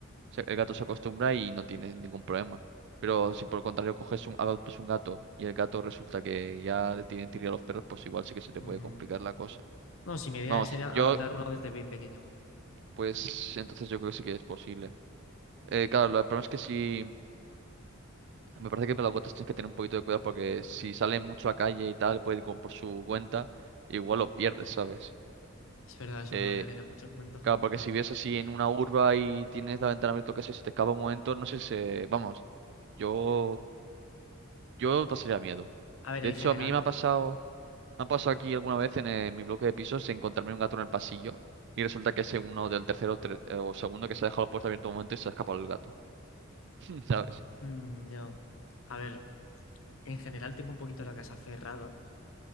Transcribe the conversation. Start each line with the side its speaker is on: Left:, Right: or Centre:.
Right: se- el gato se acostumbra y no tiene ningún problema. Pero si por el contrario coges un, a- pues un gato y el gato resulta que ya le tiene tirria a los perros, pues igual sí que se te
Left: Mm,
Right: puede complicar la cosa.
Left: No, si mi idea
Right: Vamos,
Left: sería
Right: yo,
Left: adoptar uno desde bien pequeño.
Right: pues entonces yo creo que sí que es posible. Eh, claro, lo- el problema es que si... Me parece que para los gatos tienes que tener un poquito de cuidado porque si sale mucho a calle y tal, puede ir como por su cuenta, igual lo pierdes, ¿sabes?
Left: Es verdad, eso
Right: Eh,
Left: no lo había tenido mucho en cuenta.
Right: claro, porque si vives así en una urba y tienes la ventana abierta, o qué sé, si te escapa un momento, no sé si... Vamos, yo Yo pasaría miedo.
Left: A ver,
Right: De
Left: en
Right: hecho,
Left: general,
Right: a mí me ha pasado, me ha pasado
Left: joder,
Right: aquí alguna vez en, eh, mi bloque de pisos encontrarme un gato en el pasillo y resulta que es uno del tercero o, ter- o segundo que se ha dejado la puerta abierta un momento y se ha escapado el gato, <laughs> ¿sabes?
Left: mm, yo, a ver, en general tengo un poquito la casa cerrada,